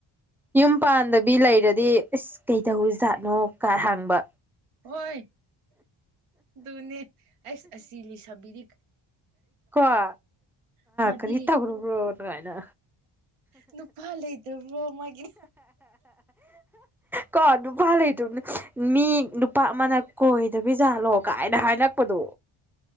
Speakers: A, in the centre; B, on the right.
A: ꯌꯨꯝ ꯄꯥꯟꯗꯕꯤ ꯂꯩꯔꯗꯤ ꯏꯁꯁ ꯀꯩꯗꯧ ꯖꯥꯠꯅꯣ ꯀꯥ ꯍꯥꯡꯕ
B: ꯍꯣꯏ ꯑꯗꯨꯅꯦ ꯑꯁ ꯑꯁꯤ ꯂꯩꯁꯥꯕꯤꯔꯤ
A: ꯀꯣ ꯑ
B: ꯃꯥꯗꯤ
A: ꯀꯔꯤꯇꯥꯒꯅ ꯀꯥꯏꯅ
B: ꯅꯨꯄꯥ ꯂꯩꯇ꯭ꯔꯕ꯭ꯔꯣ ꯃꯥꯒꯤ
A: ꯀ ꯇ ꯐꯜꯦ ꯇꯅ ꯃꯤ ꯅꯨꯄꯥ ꯑꯃꯅ ꯀꯣꯏꯗꯕꯤ ꯖꯥꯠꯂꯣ ꯀꯥꯏꯅ ꯍꯥꯏꯔꯛꯄꯗꯣ